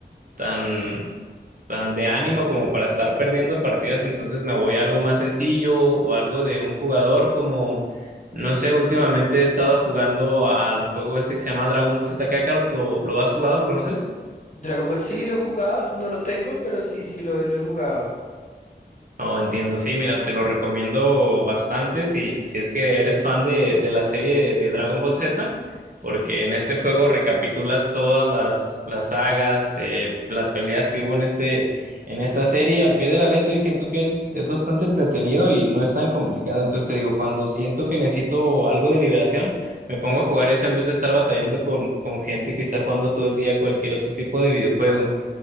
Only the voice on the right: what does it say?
tan tan de ánimo como para estar perdiendo partidas, entonces me voy a algo más sencillo o algo de un jugador como, no sé, últimamente he estado jugando al juego este que se llama Dragon Ball Z Kakarot, ¿lo, lo has jugado? ¿Lo conoces?
No, entiendo, sí, mira, te lo recomiendo bastante si, si es que eres fan de, de la serie de, Dragon Ball Z, porque en este juego recapitulas todas las, las sagas, eh, las peleas que hubo en este, en esta serie al pie de la letra y siento que es, es bastante entretenido y no es tan complicado. Entonces te digo, cuando siento que necesito algo de liberación, me pongo a jugar eso en vez de estar batallando con, con gente que está jugando todo el día cualquier otro tipo de videojuego.